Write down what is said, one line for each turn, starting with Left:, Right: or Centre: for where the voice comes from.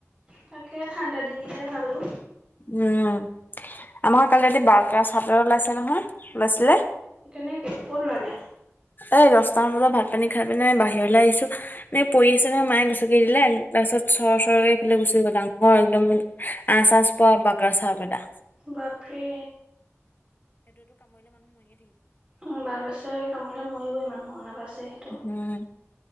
Right: তাকে ঠাণ্ডা দিনকেইটাই ভালো।
Left: উম আমাৰ কালি ৰা
Right: অ
Left: বাৰকা চাদৰ ওলাইছে নহয় ওলাইছিলে
Right: কেনেকে ক'ত ওলালে?
Left: এই দহটামান বজাত ভাত পানী খাই পিনে বাহিৰলৈ আহিছোঁ এনে পৰি আছে নহয় মায়ে গছকি দিলে তাৰপিছত চৰ চৰকে এইফালে গুচি গ'ল ডাঙৰ একদম আচচ পোৱা পাক চটা
Right: বাপৰে উম বাঘ আছে কামোৰি মৰিবই মানে হ ন পাছে সেইটো
Left: উম,